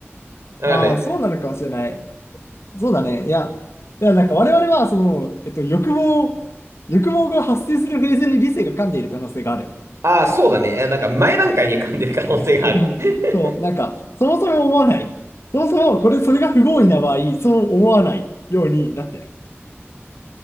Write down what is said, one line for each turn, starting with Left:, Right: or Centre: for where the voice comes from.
Right: からね
Left: ああ、そうなのかもしれない。そうだね。いや、いや、なんか我々は、その、えっと、欲望、欲望が発生するフェーズに理性が噛んでいる可能性がある。
Right: ああ、そうだね。えなんか前段階で噛んでる可能性がある。
Left: うんそう、
Right: <laughs>
Left: なんか、そもそも思わない。そもそも、これ、それが不合意な場合、そう思わないようになってる。